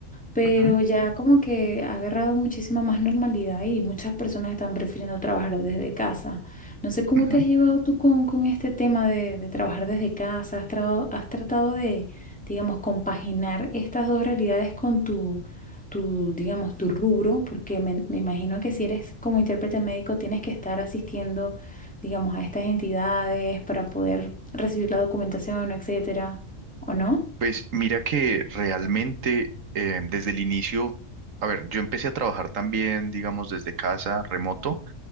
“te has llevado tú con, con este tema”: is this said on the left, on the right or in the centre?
Centre